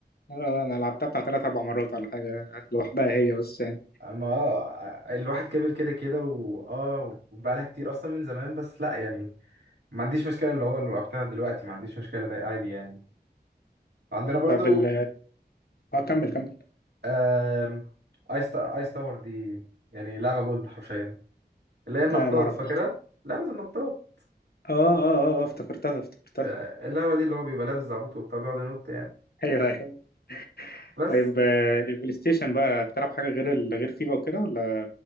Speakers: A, on the left; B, on the right.
A: آه، انا لعبتها بتاع ثلاث اربع مرات ولا حاجه لوحدها هي بس يعني
B: ما اه الواحد كبر كده كده واه وبقالها كتير اصلا من زمان بس لا يعني ما عنديش مشكله اللي هو اللي لعبتها دلوقتي ما عنديش مشكله ده عادي يعني عندنا برضو
A: طب ال اه كمل كمل
B: آم، ايس تا- ايس تاور دي يعني لعبه جولد حرفيا اللي هي النطاط
A: اه ما اعرفهاش
B: فاكرها لعبة النطاط
A: اه اه اه آه، آه، افتكرتها افتكرتها
B: آه، اللعبة دي اللي هو بيبقى لابس زعبوط وبتاع بيقعد ينط يعني
A: <laughs> ايوه ايوه
B: بس
A: طيب آه، البلاي ستيشن بقى بتلعب حاجه غير ال... غير فيفا وكده ولا